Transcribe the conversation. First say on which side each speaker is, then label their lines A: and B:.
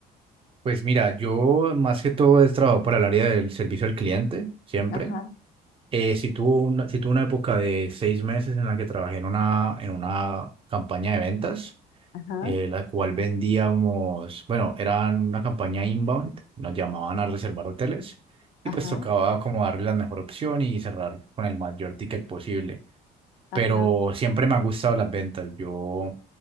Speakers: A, on the right; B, on the left.
A: Pues mira, yo más que todo he trabajado para el área del servicio al cliente, siempre.
B: Ajá,
A: Eh, sí tuvo una, sí tuve una época de seis meses en la que trabajé en una, en una campaña de ventas,
B: ajá.
A: eh, la cual vendíamos, bueno, era una campaña inbound, nos llamaban a reservar hoteles y
B: Ajá,
A: pues tocaba como darle la mejor opción y cerrar con el mayor ticket posible
B: ajá,
A: pero siempre me han gustado las ventas. Yo